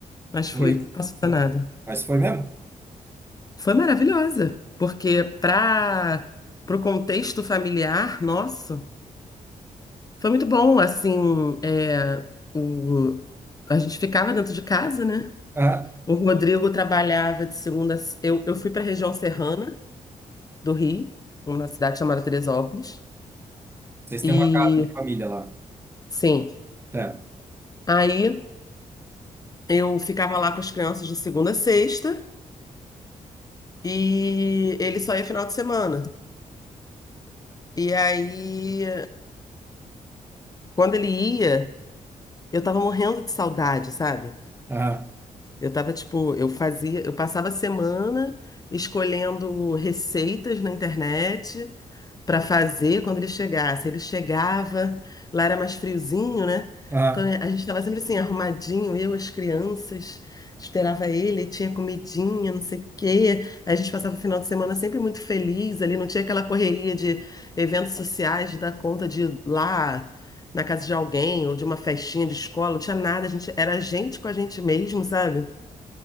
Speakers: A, on the left; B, on the right.
A: Mas foi.
B: horrível.
A: Passou nada.
B: Mas foi mesmo?
A: Foi maravilhosa, porque para o contexto familiar nosso, foi muito bom, assim, é, o, a gente ficava dentro de casa, né?
B: Ah,
A: O Rodrigo trabalhava de segunda, eu, eu fui para a região serrana do Rio, uma cidade chamada Teresópolis,
B: vocês
A: e
B: têm uma casa de família lá.
A: sim,
B: Tá.
A: aí eu ficava lá com as crianças de segunda a sexta, e ele só ia final de semana, e aí... Quando ele ia, Eu tava morrendo de saudade, sabe?
B: Ah,
A: Eu tava tipo, eu fazia, eu passava a semana escolhendo receitas na internet para fazer quando ele chegasse. Ele chegava, lá era mais friozinho, né?
B: ah.
A: Então a gente estava sempre assim, arrumadinho, eu, as crianças, esperava ele, tinha comidinha, não sei o quê. A gente passava o final de semana sempre muito feliz ali, não tinha aquela correria de eventos sociais, de dar conta de ir lá na casa de alguém ou de uma festinha de escola, não tinha nada, a gente era a gente com a gente mesmo, sabe?